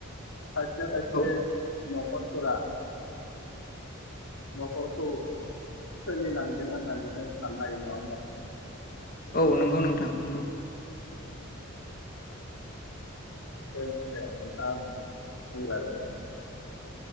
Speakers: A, on the left (about 85°); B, on the left (about 45°).
A: खायसे खायसे
B: औ
A: न'खरफोरा न'खरखौ सोलिलांदों होननानै जों साननो हायो नङा होनबा नोंथां
B: औ नंगौ नोंथां नंगौ
A: उम ओमफ्राय दे नोंथाङा बुंजागोन दे